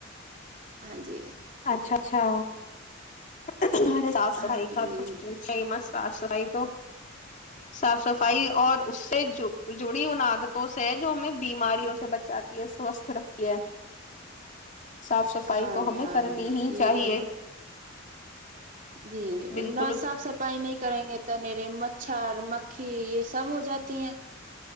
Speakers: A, on the right (about 40°); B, on the left (about 35°).
A: ہاں جی
B: اچھا اچھا گے صاف صفائی
A: ہاں
B: کا
A: جی
B: کچھ پوچھے ہی مس صاف صفائی تو صاف صفائی اور اس سے جڑی ان عادتوں سے ہے جو ہمیں بیماریوں سے بچاتی ہے سوستھ رکھتی ہے صاف صفائی
A: ہاں
B: تو
A: جی
B: ہمیں
A: ہاں
B: کرنی
A: جی
B: ہی
A: یہ
B: چاہیے
A: جی
B: بالکل
A: نہ صاف صفائی نہیں کریں گے تو میرے مچھر مکھی یہ سب ہو جاتی ہیں